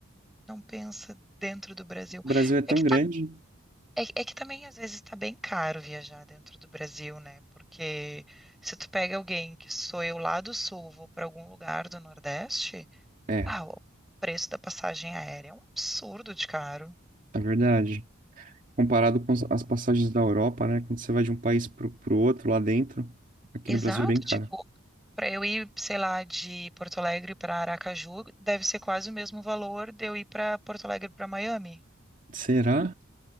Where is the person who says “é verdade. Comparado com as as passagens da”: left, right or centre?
Right